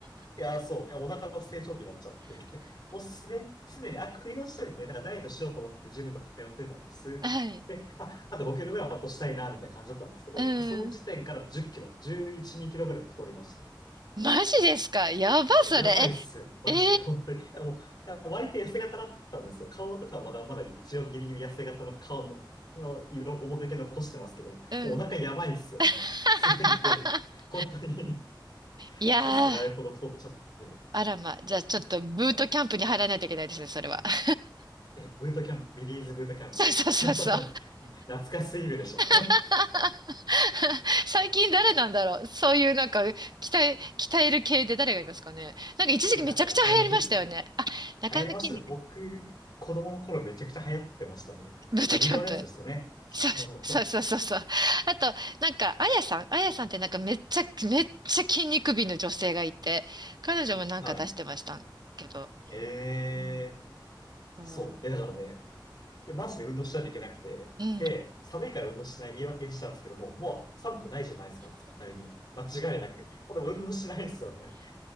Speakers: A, on the left; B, on the right.
A: いや、そう。いや、お腹の成長期になっちゃって。<laughs> もうすでに、すでに、あ、食いの時点で、なんかダイエットしようと思ってジムとか通ってたんです。
B: はい。
A: で、あ、あと5キロぐらいは落としたいな、みたいな感じだったんですけど、
B: うん。
A: もうその時点から10キロ、11、2キロぐらい太りました。
B: マジですかやば、
A: いや、
B: それ。
A: やばいっす。
B: え、
A: マジで、
B: えー、
A: 本当に。いや、もう、いや割と痩せ型だったんですよ。顔とかまだまだ一応ギリギリ痩せ型の顔の、の色、面影残してますけど、もうお腹やばいっすよね。
B: うん、うん。<laughs>
A: もう、普通に出る。本当に、
B: いやー、
A: かつてないほど太っちゃって。
B: あらま。じゃあ、ちょっとブートキャンプに入らないといけないですね、
A: いやいや
B: それは。<laughs>
A: え、ブートキャンプ、ビリーズブートキャンプ。
B: そうそうそうそう。
A: <laughs> 懐かしすぎるでしょ。
B: <laughs> 最近誰なんだろうそういうなんか、鍛え、鍛える系で誰がいますかねなんか一時期めちゃくちゃ流行りましたよね。
A: <laughs> え、なか、中山きんに君。
B: あ、
A: 流行りましたね。
B: 中山筋肉。
A: 僕、子供の頃めちゃくちゃ流行ってましたね。
B: ブートキャンプ。
A: あ、ビデオのやつですよね。そう。
B: そうそうそうそうそう。あと、なんか、あやさん、あやさんってなんかめっちゃ、めっちゃ筋肉美の女性がいて、彼女もなんか出してましたけど。
A: はい。えー、
B: うん。そ
A: そう。いや、だからね、いやマジで運動しないといけなくて。
B: う。うん。
A: で、寒いから運動しない言い訳にしたんですけども、もう寒くないじゃないですか、絶対に。間違いなく。もうでも運動しないんですよね。